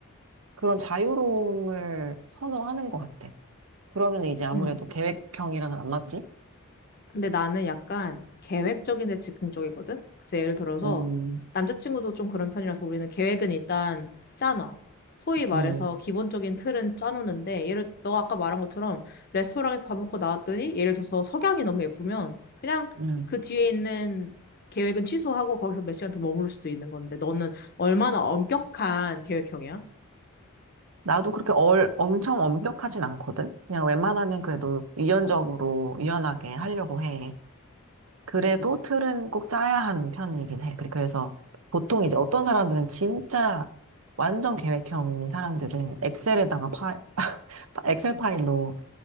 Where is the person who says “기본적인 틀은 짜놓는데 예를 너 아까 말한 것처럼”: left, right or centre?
Left